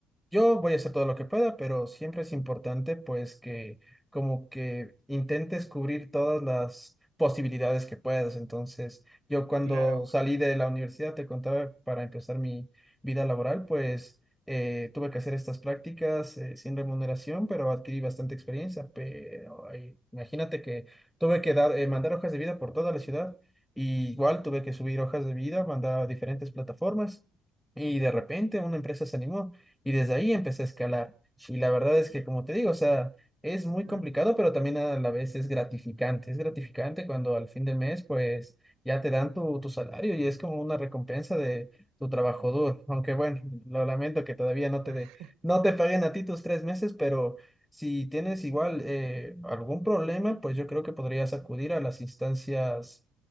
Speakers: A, in the centre; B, on the right.
A: Yo voy a hacer todo lo que pueda, pero siempre es importante pues que como que intentes cubrir todas las posibilidades que puedas. Entonces, yo cuando
B: Claro.
A: salí de la universidad, te contaba, para empezar mi vida laboral, pues eh, tuve que hacer estas prácticas eh, sin remuneración, pero adquirí bastante experiencia. Pero ahí, imagínate que tuve que dar, eh, mandar hojas de vida por toda la ciudad. Y igual tuve que subir hojas de vida, mandar a diferentes plataformas. Y de repente una empresa se animó. Y desde ahí empecé a escalar. Y la verdad es que, como te digo, o sea, es muy
B: Mm.
A: complicado, pero también a la vez es gratificante. Es gratificante cuando al fin de mes, pues, ya te dan tu, tu salario y es como una recompensa de tu trabajo duro. Aunque bueno, lo lamento que todavía no te
B: <laughs>
A: de no te paguen a ti tus tres meses, pero si tienes igual eh, algún problema, pues yo creo que podrías acudir a las instancias